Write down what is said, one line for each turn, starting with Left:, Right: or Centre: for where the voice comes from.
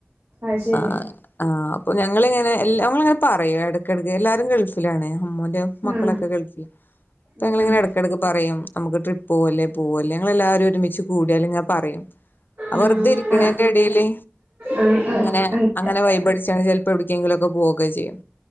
Right: അത് ശരി
Left: അഹ് ആഹ് അപ്പൊ ഞങ്ങളിങ്ങനെ ഞങ്ങിങ്ങനെ പറയോ ഇടക്കിടക്ക് എല്ലാരും ഗൾഫിലാണ് അമ്മോന്റെ. മക്കളൊക്കെ
Right: ആഹ്
Left: ഗൾഫിൽ അപ്പഞങ്ങള്
Right: ആഹ്
Left: ഇങ്ങനെ എടകെടക്ക് പറയും നമക്ക് ട്രിപ്പ്‌ പോവ് ല്ലേ പോവ് ല്ലേ ഞങ്ങളെല്ലാരും ഒരുമിച്ച് കൂടിയാലും ഇങ്ങനെ പറയും.
Right: ആഹ്
Left: വെറുതെ ഇരിക്കണന്റെ
Right: ആഹ്
Left: എടില്
Right: ആഹ് ആഹ്
Left: ഇങ്ങനെ
Right: ആഹ്
Left: അങ്ങനെ വൈബടിച്ചണ്ട് ചെലപ്പോ എവിട്ക്കെങ്കിലുംക്കെ പോവുകെ ചെയ്യും.